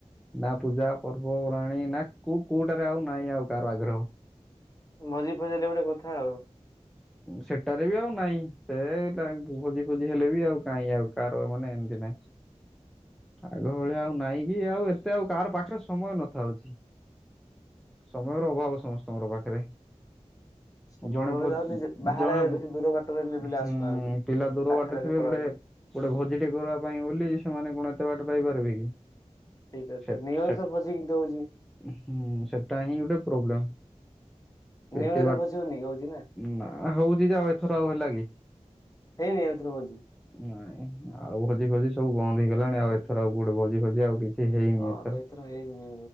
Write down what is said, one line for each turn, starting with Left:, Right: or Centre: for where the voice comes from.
Centre: ନା ପୂଜା ପର୍ବ ପର୍ବାଣୀ ନା କୋଉ କୋଉଟାରେ ଆଉ ନାହିଁ ଆଉ କାହାର ଆଗ୍ରହ।
Left: ଭଜି ଫଜିଲେ ଗୋଟେ କଥା ଆଉ।
Centre: ସେଟାରେ ବି ଆଉ ନାହିଁ ସେ ଭୋଜି ଫୋଜି ହେଲେ ବି ଆଉ କାଇଁ ଆଉକାର ମାନେ ଏମିତି ନାଇଁ। ଆଗ ଭଳିଆ ଆଉ ନାଇଁ କି ଆଉ ଏତେ ଆଉ କାହାର ପାଖରେ ସମୟ ନଥାଉଛି। ସମୟର ଅଭାବ ସମସ୍ତଙ୍କର ପାଖରେ।
Left: ସମୟ
Centre: ଜଣେ
Left: ବେଳେ
Centre: ଭ
Left: ଯାଉନି ଯେ ବାହାରେ
Centre: ଜଣେ ଭୋ
Left: ବେଶୀ ଦୂର ବାଟରେ ପିଲା
Centre: ହୁଁ
Left: ଆସୁନାହାନ୍ତି।
Centre: ପିଲା ଦୂର
Left: ପାଖରେ
Centre: ବାଟରେ ଥିବେ
Left: ପଳାନ୍ତି
Centre: ଗୁଡ଼େ ଗୋଟେ ଭୋଜିଟେ କରିବା ପାଇଁ ବୋଲି ସେମାନେ କଣ ଏତେ ବାଟ ପାଇପାରିବେ କି।
Left: ଠିକ ଅ
Centre: ସେ
Left: ତ ନିୟର୍
Centre: ସେ
Left: ତ ଭୋଜିିକିନ୍ତି ହଉଛି।
Centre: ହୁଁ ସେଟା ହିଁ ଗୋଟେ ପ୍ରୋବ୍ଲେମ୍
Left: ନିଉ
Centre: ଏତ
Left: ଇୟର ରେ
Centre: ବା
Left: ଭୋଜି ହଉନି କି ହଉଛି
Centre: ନା ଆ ହଉଛି ଯେ ଆଉ ଏଥର ଆଉ ହେଲା କି?
Left: ହେଇନି ଏଇଥିରୁ ଭୋଜି।
Centre: ନାଇଁ ଆଉ ଭୋଜି ଫୋଜି ସବୁ ବନ୍ଦ ହେଇଗଲାଣି ଆଉ ଏଥର ଆଉ କୁଆଡେ ଭୋଜି ଫୋଜି ଆଉ କିଛି ସେ ହେଇନି
Left: ହଁ
Centre: ଏଥର
Left: ତ ହେଇନି